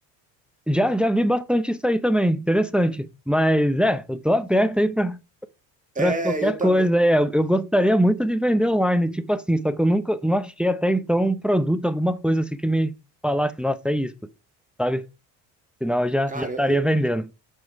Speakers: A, in the centre; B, on the right (about 20°).
A: Já, já vi bastante isso aí também, interessante. Mas é, eu tô aberto aí para
B: É,
A: para qualquer
B: eu também.
A: coisa. É, eu, eu gostaria muito de vender online, tipo assim, só que eu nunca não achei até então um produto, alguma coisa assim que me falasse, nossa, é isso, sabe? Senão eu já,
B: Cara,
A: já estaria
B: eu
A: vendendo.